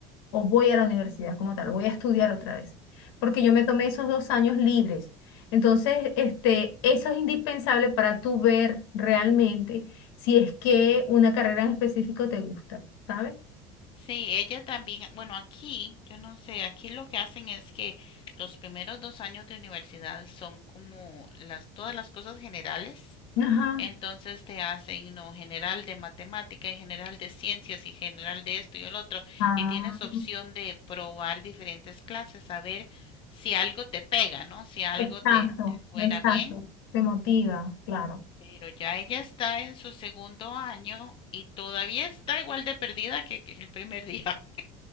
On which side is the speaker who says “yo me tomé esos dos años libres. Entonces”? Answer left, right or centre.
Left